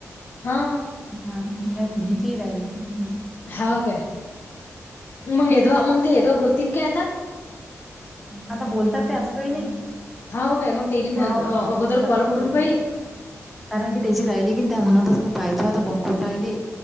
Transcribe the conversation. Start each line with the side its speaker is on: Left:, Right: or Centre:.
Left: हा
Centre: हा तर, तिजची जीराय हा.
Left: हा काय? मग यदवा मग ते यदवा बोलतील काय आता.
Centre: आता बोलतात ते, असं काही नाही.
Left: हा हो काय? मग तेली
Centre: हो
Left: मी अगोदर
Centre: हो बोलतात
Left: कॉल करून
Centre: बोलतात.
Left: पाहीन.
Centre: कारण की त्याची राहिली की, त्या म्हणतच मी पाहतो आता कोण कोण राहिले.